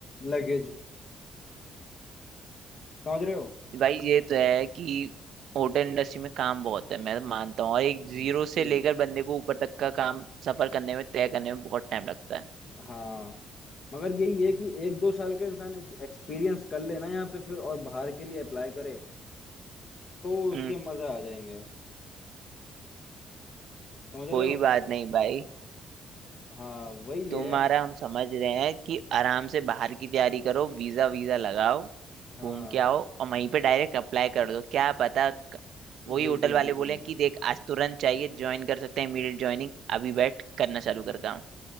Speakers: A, on the left; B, on the right.
A: लगेज समझ रहे हो
B: भाई ये तो है कि होटल इंडस्ट्री में काम बहुत है मैं तो मानता हूँ और एक जीरो
A: बिल्कुल
B: से लेकर बंदे को ऊपर तक का काम सफर करने में तय करने में बहुत टाइम लगता है
A: हाँ मगर यही है कि एक दो साल का इंसान एक्सपीरियंस कर ले ना यहाँ पे फिर और बाहर के लिए अप्लाई करे तो
B: हम्म
A: उसके मजा आ जाएंगे समझ
B: कोई
A: रहे हो
B: बात नहीं भाई
A: हाँ वही
B: तुम्हारा
A: है
B: हम समझ रहे हैं कि आराम से बाहर की तैयारी करो वीजा वीजा लगाओ
A: हाँ
B: घूम के आओ और वहीं पे डायरेक्ट अप्लाई कर दो क्या पता क- वही
A: बिल्कुल
B: होटल वाले
A: बिल्कुल
B: बोले कि देख आज तुरंत चाहिए ज्वाइन कर सकते हैं इमीडिएट ज्वाइनिंग अभी बैठ करना चालू कर काम